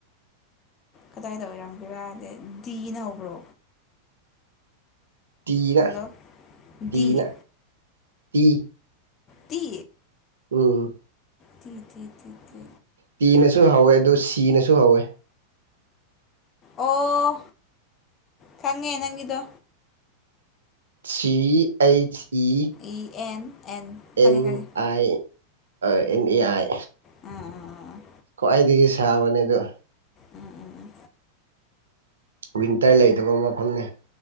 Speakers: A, on the left (about 30°); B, on the right (about 65°).
A: ꯀꯗꯥꯢꯗ ꯑꯣꯢꯔꯝꯒꯦꯔꯗꯤ ꯗꯤꯅ ꯍꯧꯕ꯭ꯔꯣ꯫
B: ꯇꯤꯅ
A: ꯍꯜꯂꯣ
B: ꯇꯤꯅ
A: ꯗꯤ
B: ꯇꯤ
A: ꯇꯤ
B: ꯎꯝ
A: ꯇꯤ ꯇꯤ ꯇꯤ ꯇꯤ꯫
B: ꯇꯤꯅꯁꯨ ꯍꯧꯋꯦ ꯑꯗꯨꯣ ꯁꯤꯅꯁꯨ ꯍꯧꯋꯦ
A: ꯑꯣ ꯈꯪꯉꯦ ꯅꯪꯒꯤꯗꯣ꯫
B: ꯁꯤ H E
A: E N and ꯈꯪꯉꯦ
B: and
A: ꯈꯪꯉꯦ
B: ꯑꯥꯏ ꯑꯦꯟ ꯑꯦ ꯑꯥꯏ
A: ꯎꯝ ꯎꯝ ꯎꯝ
B: ꯈ꯭ꯋꯥꯏꯗꯒꯤ ꯁꯥꯕꯅꯦ ꯑꯣ
A: ꯎꯝ ꯎꯝ ꯎꯝ
B: ꯋꯤꯟꯇꯔ ꯂꯩꯇꯕ ꯃꯐꯝꯅꯦ꯫